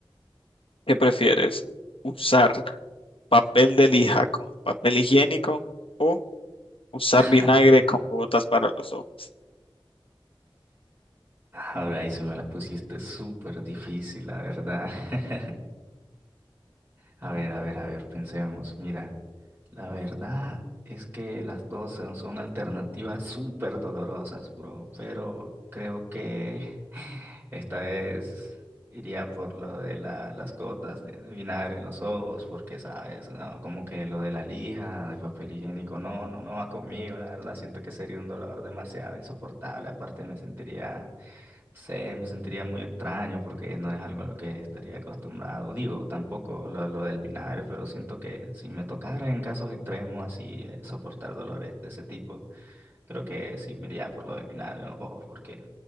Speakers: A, on the left; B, on the right.
A: ¿qué prefieres? ¿Usar papel de lija como papel higiénico o usar
B: <laughs>
A: vinagre como botas para los ojos?
B: Ahora ahí se me la pusiste súper difícil, la verdad. <laughs> A ver, a ver, a ver, pensemos. Mira. La verdad es que las dos son, son alternativas súper dolorosas, bro, pero creo que <laughs> esta vez iría por lo de la- las gotas de, de vinagre en los ojos, porque sabes, No, como que lo de la lija, de papel higiénico, no, no, no va conmigo, la verdad siento que sería un dolor demasiado insoportable, aparte me sentiría sé, me sentiría muy extraño porque no es algo a lo que estaría acostumbrado. Digo, tampoco lo, lo del vinagre, pero siento que si me tocara en casos extremos así eh, soportar dolores de ese tipo, creo que sí me iría por lo del vinagre, ojo, porque,